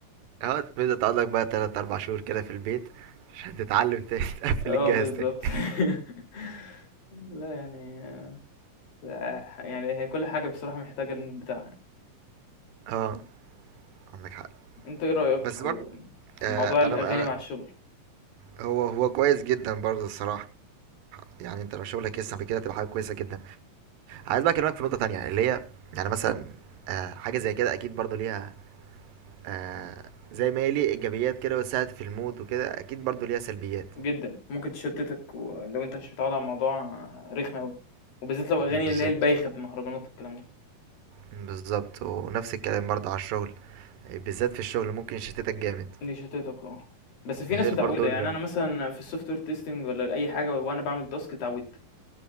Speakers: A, on the right; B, on the left.
A: اه تبدأ تقعد لك بقى تلات أربع شهور كده في البيت عشان تتعلم تاني <laughs> تقفل
B: اه
A: الجهاز
B: بالظبط
A: تاني
B: <laughs> لا يعني لا، يعني هي كل حاجة بصراحة محتاجة المود بتاعها
A: اه عندك حق
B: انت ايه رأيك
A: بس برضه
B: في
A: آه
B: موضوع الأغاني
A: انا انا
B: مع الشغل
A: هو هو كويس جدا برضه الصراحة يعني انت لو شغلك يسمح بكده تبقى حاجة كويسة جدا عايز بقى اكلمك في نقطة تانية اللي هي يعني مثلا آه حاجة زي كده اكيد برضه ليها آه زي ما هي ليه ايجابيات كده وساعد في المود وكده اكيد برضه ليها سلبيات
B: جدا ممكن تشتتك ولو انت مش متعود على الموضوع رخم أوي وبالذات لو أغاني
A: بالظبط
B: اللي هي البايخة بمهرجانات والكلام ده
A: بالظبط ونفس الكلام برضه على الشغل بالذات في الشغل ممكن يشتتك جامد
B: دي شتتك اه بس في
A: غير
B: ناس متعودة
A: برضو ال
B: يعني أنا مثلا في السوفت وير تيستنج ولا أي حاجة وأنا بعمل تاسك اتعودت